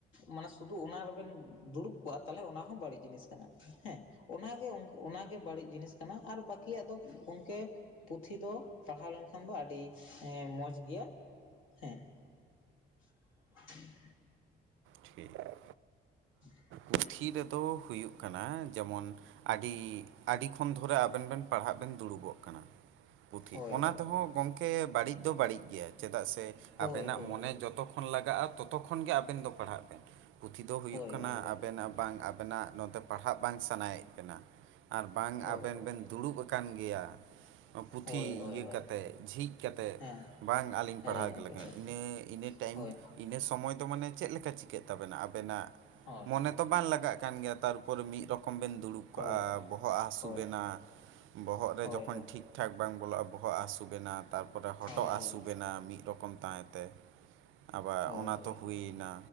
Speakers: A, on the left; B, on the right.
A: ᱢᱟᱱᱮ ᱥᱩᱫᱩ ᱚᱱᱟ ᱨᱮᱵᱮᱱ ᱫᱩᱲᱩᱵ ᱠᱚᱜᱼᱟ᱾ ᱛᱟᱦᱚᱞᱮ ᱚᱱᱟ ᱦᱚᱸ ᱵᱟᱹᱲᱤᱡ ᱡᱤᱱᱤᱥ ᱠᱟᱱᱟ, ᱦᱮᱸ ᱚᱱᱟᱜᱮ ᱚᱱᱟᱜᱮ ᱵᱟᱹᱲᱤᱡ ᱡᱤᱱᱤᱥ ᱠᱟᱱᱟ ᱟᱨ ᱵᱟᱹᱠᱤᱭᱟᱜ ᱫᱚ ᱜᱚᱝᱠᱮ ᱯᱩᱛᱷᱤ ᱫᱚ ᱯᱟᱲᱦᱟᱣ ᱞᱮᱱᱠᱷᱟᱱ ᱫᱚ ᱟᱹᱰᱤ ᱮᱸ ᱢᱚᱡᱽ ᱜᱮᱭᱟ ᱦᱮᱸ᱾ <unintelligible>
B: ᱴᱷᱤᱠ ᱜᱮᱭᱟ᱾
A: <inaudible>
B: ᱯᱩᱛᱷᱤ ᱨᱮᱫᱚ ᱦᱩᱭᱩᱜ ᱠᱟᱱᱟ, ᱡᱮᱢᱚᱱ ᱟᱹᱰᱤ, ᱟᱹᱰᱤ ᱠᱷᱚᱱ ᱫᱷᱚᱨᱮ ᱟᱵᱮᱱ ᱵᱮᱱ ᱯᱟᱲᱦᱟᱜ ᱵᱮᱱ ᱫᱩᱲᱩᱵᱚᱜ ᱠᱟᱱᱟ᱾ ᱯᱩᱛᱷᱤ
A: ᱦᱳᱭ
B: ᱚᱱᱟ ᱛᱮᱦᱚᱸ ᱜᱚᱝᱠᱮ ᱵᱟᱹᱲᱤᱡ ᱫᱚ ᱵᱟᱹᱲᱤᱡ ᱜᱮᱭᱟ᱾ ᱪᱮᱫᱟᱜ ᱥᱮ
A: ᱦᱳᱭ
B: ᱟᱵᱮᱱᱟᱜ
A: ᱦᱳᱭ
B: ᱢᱚᱱᱮ ᱡᱚᱛᱚ ᱠᱷ ᱠᱷᱚᱱ ᱞᱟᱜᱟᱜ-ᱟ, ᱛᱚᱛᱚ ᱠᱷᱚᱱ ᱜᱮ ᱟᱵᱮᱹᱱ ᱫᱚ ᱯᱟᱲᱦᱟᱜ ᱵᱮᱱ᱾ ᱯᱩᱛᱷᱤ ᱫᱚ ᱦᱩᱭᱩᱜ
A: ᱦᱳᱭ
B: ᱠᱟᱱᱟ,
A: ᱜᱚᱢᱠᱮ
B: ᱟᱵᱮᱱᱟᱜ ᱵᱟᱝ ᱟᱵᱮᱱᱟᱜ ᱱᱚᱛᱮ ᱯᱟᱲᱦᱟᱜ ᱵᱟᱝ ᱥᱟᱱᱟᱭᱮᱜ ᱵᱮᱱᱟ᱾ ᱟᱨ ᱵᱟᱝ
A: ᱦᱳᱭ
B: ᱟᱵᱮᱱ
A: ᱦᱳᱭ
B: ᱵᱮᱹᱱ ᱫᱩᱲᱩᱵ ᱟᱠᱟᱱ ᱜᱮᱭᱟ᱾ ᱚ ᱯᱩᱛᱷᱤ
A: ᱦᱳᱭ ᱦᱳᱭ
B: ᱤᱭᱟᱹ
A: ᱦᱳᱭ
B: ᱠᱟᱛᱮᱫ ᱡᱷᱤᱡᱽ ᱠᱟᱛᱮᱫ᱾
A: ᱦᱮᱸ
B: ᱵᱟᱝ ᱟᱹᱞᱤᱧ
A: ᱦᱳᱭ
B: ᱯᱟᱲᱦᱟᱣ
A: ᱜᱚᱢᱠᱮ
B: ᱜᱮ ᱞᱟᱜᱟ
A: ᱦᱳᱭ
B: ᱤᱱᱟᱹ ᱤᱱᱟᱹ ᱴᱟᱭᱤᱢ
A: ᱦᱳᱭ
B: ᱤᱱᱟᱹ ᱥᱚᱢᱚᱭ ᱫᱚ ᱢᱟᱱᱮ ᱪᱮᱫ ᱞᱮᱠᱟ ᱪᱤᱠᱟᱹᱜ ᱛᱟᱵᱮᱹᱱᱟ ᱟᱵᱮᱹᱱᱟᱜ
A: ᱦᱮᱸ
B: ᱚᱱᱮ ᱛᱚ ᱵᱟᱝ ᱞᱟᱜᱟᱜ ᱠᱟᱱ ᱜᱮᱭᱟ, ᱛᱟᱨᱯᱚᱨ ᱢᱤᱫ ᱨᱚᱠᱚᱢ ᱵᱮᱱ ᱫᱩᱲᱩᱵ ᱠᱟᱜᱼᱟ
A: ᱦᱳᱭ
B: ᱵᱚᱦᱚᱜ ᱦᱟᱹᱥᱩ
A: ᱦᱳᱭ
B: ᱵᱮᱱᱟ᱾ ᱵᱚᱦᱚᱜ ᱨᱮ
A: ᱦᱳᱭ
B: ᱡᱚᱠᱷᱚᱱ
A: ᱦᱳᱭ
B: ᱴᱷᱤᱠ ᱴᱷᱟᱠ ᱵᱟᱝ ᱵᱚᱞᱚᱜᱼᱟ, ᱵᱚᱦᱚᱜ ᱦᱟᱥᱩ ᱵᱮᱱᱟ ᱛᱟᱨᱯᱚᱨᱮ ᱦᱚᱴᱚᱜ
A: ᱦᱳᱭ
B: ᱦᱟᱹᱥᱩ
A: ᱦᱳᱭ
B: ᱵᱮᱱᱟ᱾ ᱢᱤᱫ ᱨᱚᱠ ᱨᱚᱠᱚᱢ ᱛᱟᱦᱮᱸᱛᱮ ᱟᱵᱟᱨ
A: ᱦᱳᱭ
B: ᱚᱱᱟ
A: ᱦᱳᱭ
B: ᱛᱚ ᱦᱩᱭᱱᱟ
A: ᱦᱳᱭ